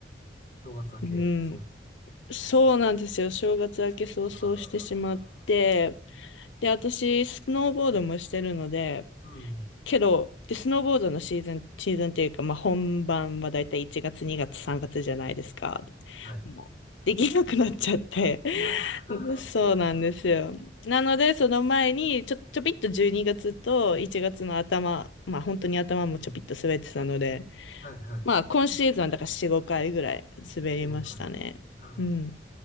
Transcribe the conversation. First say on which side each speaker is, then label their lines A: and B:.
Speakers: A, on the left; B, on the left.
A: 正月明け、
B: うん、
A: そうそう。
B: そうなんですよ。正月明け早々してしまって、
A: あらららららら。
B: で、私、スノーボードもしてるので、
A: うん、
B: けど、で、スノーボードのシーズン、シーズンっていうか、まあ、本番はだいたい1月、2月、3月じゃないですか。
A: はい。
B: もう、できなくなっちゃって。
A: なあ、
B: <laughs> そうなんですよ。
A: <laughs> それか、マジ。
B: なので、その前に、ちょ、ちょびっと12月と1月の頭、まあ、本当に頭もちょびっと滑ってたので、
A: うん、はいはい。
B: まあ、今シーズンはだから4、5回ぐらい滑りましたね。
A: 4、5回。あ
B: うん。